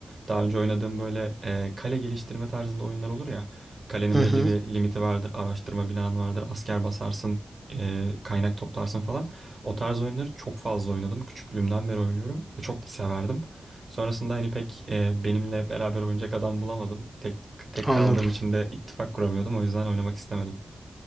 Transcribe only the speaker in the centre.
Hı hı,
anladım,